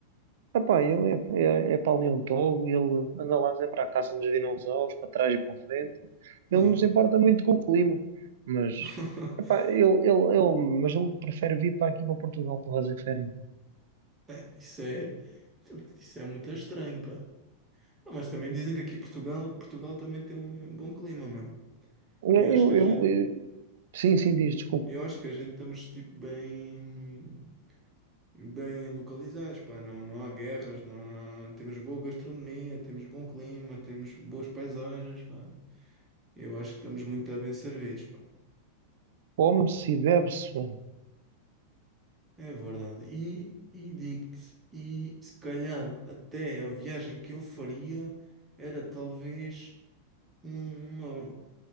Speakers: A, on the right (about 55°); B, on the right (about 15°).
A: opá, ele é, é, é paleontólogo, ele anda lá a sempre à caça dos dinossauros, para trás e para a frente. Ele
B: Ui.
A: não se importa muito com o clima, mas,
B: <laughs>
A: epá, ele, ele, ele, mas ele prefere vir para aqui para Portugal para fazer férias.
B: É, isso é, isso é muito estranho, pá. Não, mas também dizem que aqui Portugal, Portugal também tem um bom clima, meu.
A: Eu,
B: E acho que a
A: eu-
B: gen-
A: eu- sim, sim, diz, desculpa.
B: Eu acho que a gente estamos tipo bem bem localizados, pá, não, não há guerras, não há- temos boa gastronomia, temos bom clima, temos boas paisagens, pá. Eu acho que estamos muito bem servidos, pá.
A: Come-se e bebe-se bem.
B: É verdade. E, e digo-te, e se calhar até a viagem que eu faria era talvez uma,